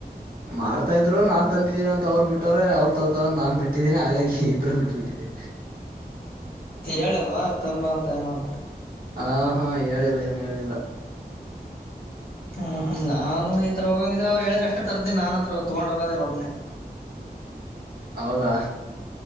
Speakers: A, on the right (about 65°); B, on the left (about 70°).
A: ಮಾಡ್ತಾ ಇದ್ರು ನಾನ್ ತಂದಿದ್ದೀನಿ ಅಂತ ಅವ್ರು ಬಿಟ್ಟವ್ರೆ ಅವ್ರು ತರ್ತಾರಂತ ನಾನ್ ಬಿಟ್ಟಿದ್ದೀನಿ ಹಾಗಾಗಿ ಇಬರು ಬಿಟ್ಬಿಟ್ಟೆವಿ
B: ಹೇಳಲ್ವಾ ತಂಬ ಅಂತ ಏನಾದ್ರೂ
A: ಹಾ ಹಾ ಹೇಳಿಲ್ಲ ಏನು ಹೇಳಿಲ್ಲ
B: ಹ್ಮ್ ಹ್ಮ್ ನಾನು ಈ ತರ ಹೋಗಂಗಿದ್ರೆ ಅವ್ರು ಹೇಳ್ರ ಅಷ್ಟೇ ತರ್ತೀನಿ ನಾನ ಹತ್ರ ತೊಗೊಂಡ್ ಹೋಗೋದಿಲ್ಲ ಒಬ್ನನೆ
A: ಹೌದಾ